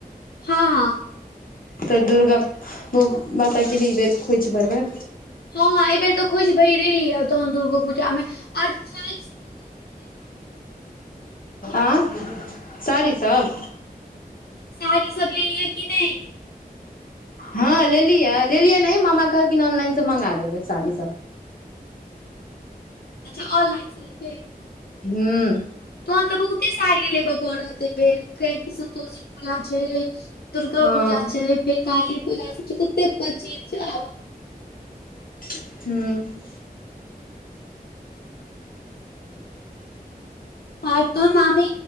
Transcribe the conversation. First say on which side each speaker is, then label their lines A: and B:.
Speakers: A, on the left; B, on the left.
A: हँ
B: तऽ दुर्गा माताके भी ई बेर खौझ भरबइ
A: हँ एहि बेर तऽ खौझ भैरी तोन दुर्गो पूजा में आओर सा
B: आ सारी सब
A: साड़ी सब लेलियै की नाए
B: हँ लेलियै लेलियै नाए मामा कहलखिन ऑनलाइनसँ मगा देबै साड़ीसभ
A: अच्छा ऑनलाइन से लेतिए
B: <inaudible>
A: तोहन तऽ बहुते साड़ी लेबय पड़त ए बेर कै कि संतोषी पूजा छै दुर्गा
B: हँ
A: पूजा छै फेर काली पूजा सब छै कते प्रचित छै आ
B: <inaudible>
A: आर तोन मामी